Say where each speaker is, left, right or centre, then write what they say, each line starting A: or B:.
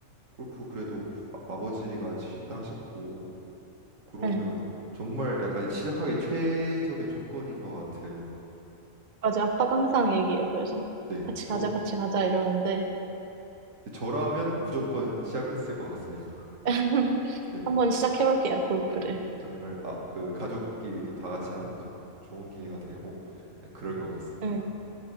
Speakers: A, on the right; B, on the right.
A: 골프 그래도 부- 아- 아버지가 치신다 하셨고, 그러면
B: 네.
A: 정말 약간 시작하기 최적의 조건인 것 같아요.
B: 맞아요. 아빠가 항상 얘기해요. 그래서
A: 네,
B: 같이
A: 저,
B: 가자, 같이 가자 이러는데
A: 저라면 무조건 시작했을 것 같습니다. <laughs>
B: <laughs>
A: 네,
B: 한번 시작해볼게요. 골프를.
A: 네, 정말 아, 그 가족끼리도 다 같이 하면 정말 좋은 기회가 되고, 네, 그럴 것 같습니다.
B: 네.